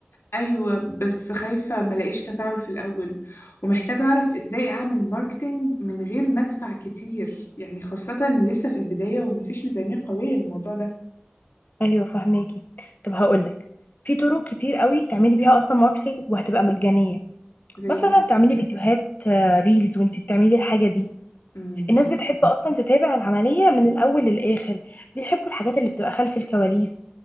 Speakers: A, on the left (about 75°); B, on the left (about 45°).
A: ايوه بس خايفه ملاقيش تفاعل في الاول ومحتاجه اعرف ازاي اعمل ماركتينج من غير ما ادفع كتير يعني خاصه لسه في البدايه ومفيش ميزانيه قويه للموضوع ده
B: أيوة فهماكي طب هقولك في طرق كتير قوي تعملي بيها أصلا ماركتينج وهتبقى مجانية
A: زي
B: مثلا
A: ايه
B: تعملي فيديوهات آه، ريلز وانتي بتعملي الحاجة دي
A: امم
B: الناس بتحب أصلا تتابع العملية من الأول للآخر بيحبوا الحاجات اللي بتبقى خلف الكواليس